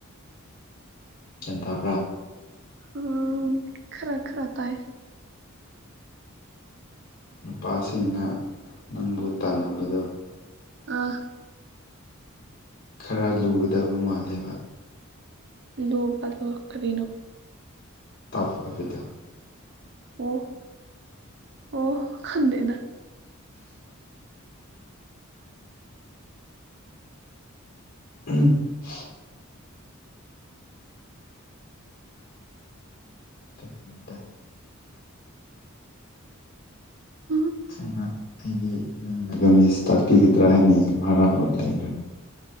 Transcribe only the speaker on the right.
ꯑꯣ ꯈꯔ ꯈꯔ ꯇꯥꯏ
ꯑꯥ
ꯂꯨꯕꯗꯣ ꯀꯔꯤꯅꯣ
ꯑꯣ ꯑꯣ ꯈꯪꯗꯦꯗꯥ
ꯎꯝ